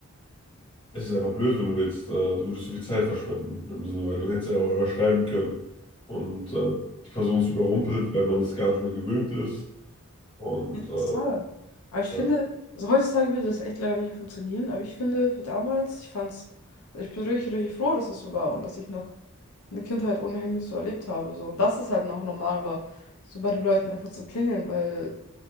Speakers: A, on the left; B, on the left.
A: es ist einfach blöd, wenn du jetzt, äh, du würdest so viel Zeit verschwenden, im Sinne, weil du hättest ja auch einfach schreiben können und äh, die Person ist überrumpelt, weil man es gar nicht mehr gewöhnt ist und
B: Ja,
A: äh,
B: total. Aber ich
A: ja,
B: finde, also heutzutage würde das echt leider nicht mehr funktionieren, aber ich finde, für damals, ich fand's, also ich bin richtig, richtig froh, dass das so war und dass ich noch eine Kindheit ohne Handys so erlebt habe. So. Und dass es halt noch normal war, so bei den Leuten einfach zu klingeln, weil